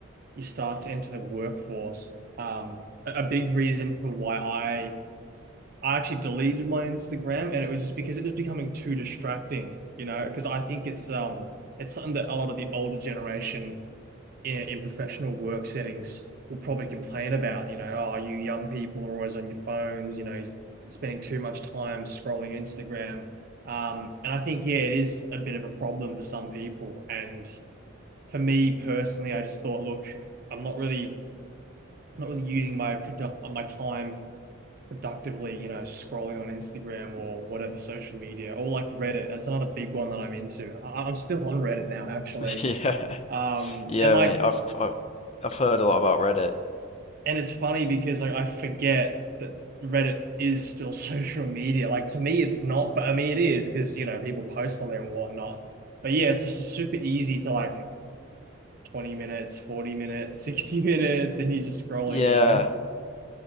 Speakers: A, on the right (about 45°); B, on the left (about 30°).
A: you start to enter the workforce. Um, a a big reason for why I I actually deleted my Instagram and it was just because it was becoming too distracting. You know, because I think it's um it's something that a lot of the older generation in, in professional work settings will probably complain about, you know, oh, you young people are always on your phones, you know, spending too much time scrolling Instagram. Um, and I think, yeah, it is a bit of a problem for some people. And for me personally, I just thought, look, I'm not really, I'm not really using my produ- my time productively, you know, scrolling on Instagram or whatever social media or like Reddit. That's another big one that I'm into. I- I'm still on Reddit now, actually.
B: <laughs> Yeah,
A: Um,
B: yeah,
A: and like
B: mate. I've I- I've heard a lot about Reddit.
A: and it's funny because like I forget that Reddit is still <laughs> social media. Like to me, it's not, but I mean it is because you know people post on there and whatnot. But yeah, it's just super easy to like twenty minutes, forty minutes, <laughs> sixty minutes, and you're just scrolling.
B: Yeah.
A: You know? <laughs>